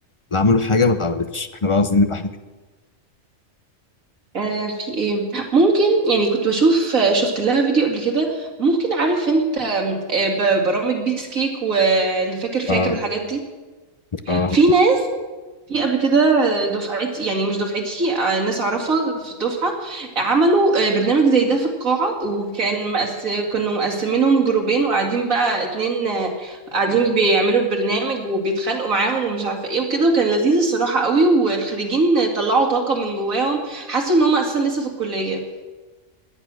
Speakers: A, on the left (about 35°); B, on the right (about 85°).
A: اللي عملوا حاجه ما اتعملتش احنا بقى عاوزين نبقى احنا كده
B: آه في ايه ممكن يعني كنت بشوف آه، شفت لها فيديو قبل كده ممكن عارف انت آم، آه ب- برامج بيس كيك واللي فاكر فاكر
A: اه
B: والحاجات دي
A: اه
B: في في قبل كده دفعتي يعني مش دفعتي آه، ناس اعرفها في الدفعه عملوا آه، برنامج زي ده في القاعه وكان مقس... كانوا مقسمينهم جروبين وقاعدين بقى اتنين آه، قاعدين بيعملوا البرنامج وبيتخانقوا معاهم ومش عارفه ايه وكده وكان لذيذ الصراحه قوي والخريجين طلعوا طاقه من جواهم حسوا ان هم اساسا لسه في الكليه